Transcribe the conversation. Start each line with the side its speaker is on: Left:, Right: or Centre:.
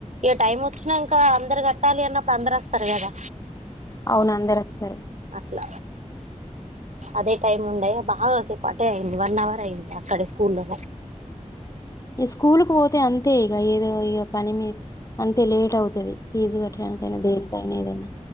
Right: టైం వచ్చినంక అందరు కట్టాలి అన్నప్పుడు అందరు వస్తారు కదా
Left: అవును అందరొస్తారు
Right: ట్ల అదే టైం ఉండే బాగాసేపటే అయింది వన్ అవర్ అయింది అక్కడ స్కూల్లో
Left: ఈ స్కూల్ కు పోతే అంతే ఇగ ఏదో ఇగ పని మీ అంతే లేట్ అవుతది ఫీజు కట్టడానికి అయిన దేనికైనా ఏదైన